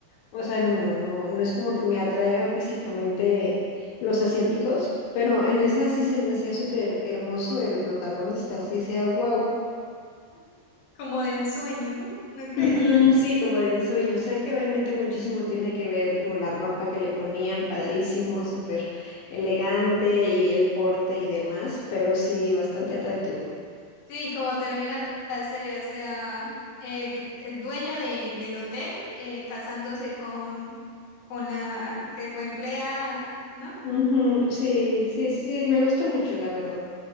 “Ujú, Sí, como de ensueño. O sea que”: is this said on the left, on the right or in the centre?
Left